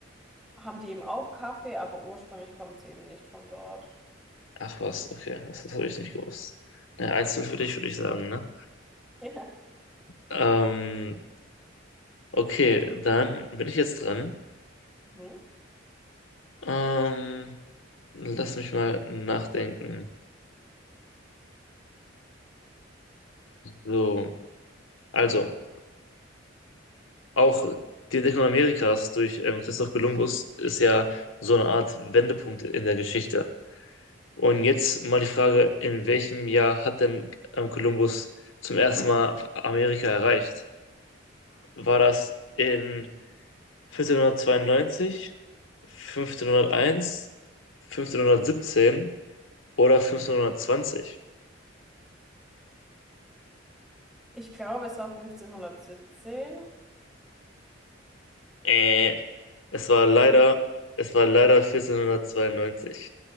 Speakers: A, in the centre; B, on the left (about 75°).
A: haben die eben auch Kaffee, aber ursprünglich kommt es eben nicht von dort.
B: Ach was, okay. Das, das habe ich nicht gewusst. Na, einzeln für dich, würde ich sagen, ne?
A: <laughs>
B: Ähm, okay, dann bin ich jetzt dran.
A: Ja. Mhm.
B: Ähm, Lass mich mal nachdenken. So, also auch die Entdeckung Amerikas durch ähm, Christoph Kolumbus ist ja so eine Art Wendepunkt in der Geschichte. Und jetzt mal die Frage, in welchem Jahr hat denn ähm, Kolumbus zum ersten Mal Amerika erreicht? War das in 1492, 1501, 1517 oder 1520?
A: Ich glaube, es war 1517.
B: Äh, es war leider,
A: Nee?
B: es war leider 1492,